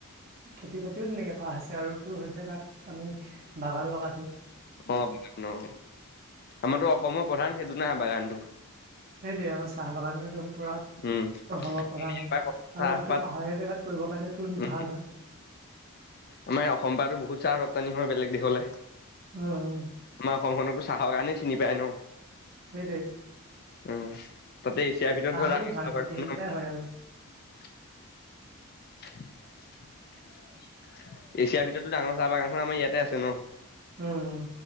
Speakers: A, on the right; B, on the left.
A: খেতি বাতিও তেনেকে কৰা হৈছে আৰু তোৰ হৈছে তাত আমি বাগান লগাইছোঁ।
B: অ <unintelligible> অ আমাৰতো অসমৰ প্ৰধান সেইটো না বাগানতো।
A: সেইটোৱে ম চাহ বাগানটো পুৰা
B: উম
A: অসমত পৰা়
B: এইবাৰ
A: ন আৰু
B: চাহপাত
A: সেইটো পাহাৰীয়া জেগাত কৰিবৰ কাৰণে
B: উম
A: ভাল হয়।
B: আমাৰ অসম পাতো বহুত চাহ ৰপ্তানি হয় বেলেগ দেশলে।
A: উম, উম।
B: অসম খনকটো চাহ কাৰানে চিনি পায় ন।
A: সেই দে
B: উম তাতে এছিয়াৰ ভিতৰত ধৰ
A: আৰু ধান খেতি এই দুটাই হয় আৰু।
B: <unintelligible> এছিয়াৰ ভিতৰতো ডাঙৰ চাহ বাগানখন আমাৰ ইয়াতে আছে ন।
A: উম, উম।